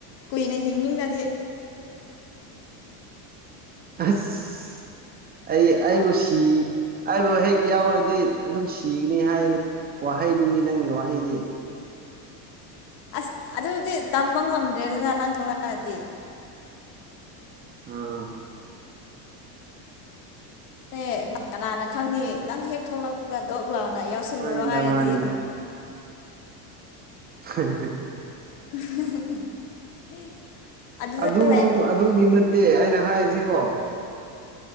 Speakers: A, on the left (about 80°); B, on the right (about 20°).
A: ꯀꯨꯏꯅ ꯍꯤꯡꯅꯤꯛꯂꯗꯤ
B: ꯑꯁ ꯑꯩ ꯑꯩꯕꯨ ꯁꯤ ꯑꯩꯕꯨ ꯍꯦꯛ ꯌꯥꯎꯔꯗꯤ ꯑꯗꯨꯝ ꯁꯤꯒꯅꯤ ꯍꯥꯏꯕ ꯋꯥꯍꯩꯅꯤꯅꯦ ꯅꯪꯒꯤ ꯋꯥꯍꯩꯗꯤ
A: ꯑꯁ ꯑꯗꯨꯗꯤ ꯇꯝꯕ ꯉꯝꯗ꯭ꯔꯦꯗꯅ ꯅꯪ ꯊꯣꯛꯂꯛꯑꯗꯤ
B: ꯑꯥ
A: ꯅꯦ ꯀꯅꯥꯅ ꯈꯪꯅꯤ ꯅꯪ ꯍꯦꯛ ꯊꯣꯛꯂꯛꯄꯒ ꯗꯣꯛ ꯂꯥꯎ ꯅꯥ ꯌꯥꯎꯁꯤꯜꯂꯨꯔꯣ
B: ꯃꯥꯅꯤꯗ
A: ꯍꯥꯏꯔꯗꯤ
B: ꯃꯥꯅꯤꯗ <unintelligible>
A: <unintelligible>
B: ꯑꯗꯨꯔꯣꯝ
A: ꯂꯩ
B: ꯑꯗꯨꯒꯤ ꯅꯠꯇꯦ ꯑꯩꯅ ꯍꯥꯏꯔꯤꯁꯤꯀꯣ